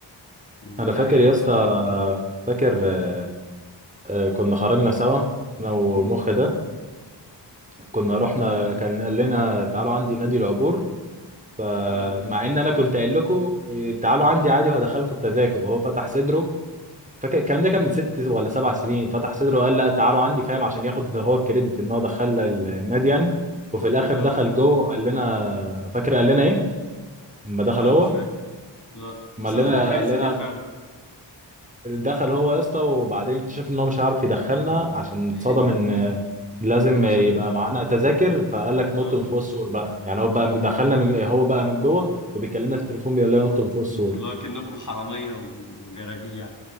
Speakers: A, on the left (about 45°); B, on the right (about 15°).
A: يعني
B: انا فاكر
A: أج- اجمل
B: يا اسطى
A: واحده
B: فاكر آه، آه، كنا خرجنا سوا انا ومخ
A: امم
B: ده كنا رحنا كان قال لنا تعالوا عندي نادي العبور فمع
A: اه
B: ان انا كنت قايل لكم إيه، تعالوا عندي عادي وهدخلكم التذاكر وهو فتح صدره فاكر الكلام ده كان من ست ولا سبع سنين فتح صدره وقال لا تعالوا عندي فاهم عشان ياخد هو الكريدت ان هو دخلنا ال- النادي يعني وفي الاخر
A: اه
B: دخل جوه وقال لنا فاكر قال لنا ايه؟ لما دخل
A: لا
B: هو
A: مش فاكر لا
B: ما
A: بس
B: قال
A: انا
B: لنا
A: فاكر حاجه
B: قال
A: زي
B: لنا
A: كده فعلا
B: دخل هو يا اسطى وبعدين اكتشف ان هو مش هيعرف يدخلنا عشان
A: <laughs>
B: اتصدم ان لازم
A: عشان
B: يبقى معانا تذاكر فقال لك
A: اه
B: نط من فوق السور بقى يعني هو بقى دخلنا من هو بقى من جوه وبيكلمنا في التليفون بيقول لنا نط من فوق السور
A: اللي هو كأنكوا حراميه و- وجرابيع